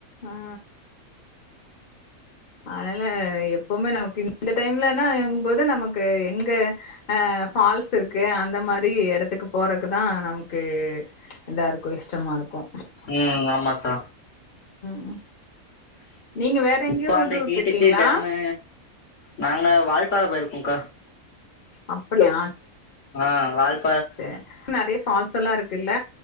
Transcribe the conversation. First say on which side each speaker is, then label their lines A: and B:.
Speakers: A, on the left; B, on the left.
A: ஆ அதனால எப்பமே நமக்கு இன் இந்த டைம்லனா இங்போது நமக்கு எங்க ஆ ஃபால்ஸ் இருக்கு அந்த மாரி எடத்துக்கு போறக்குதா நம்க்கு இதா இருக்கு இஷ்டமா இருக்கு
B: உம் ஆமாக்கா
A: ம் நீங்க வேற எங்கேயு
B: இப்ப அந்த
A: டூர்
B: ஹீட்டுக்கு
A: போயிருக்கீங்களா
B: டேமு நாங்க வால்ப்பாற போய்ர்க்கும்க்கா
A: அப்டியா
B: ஆ வால்ப்
A: ச நெறய ஃபால்ஸ் எல்லா இருக்குல்ல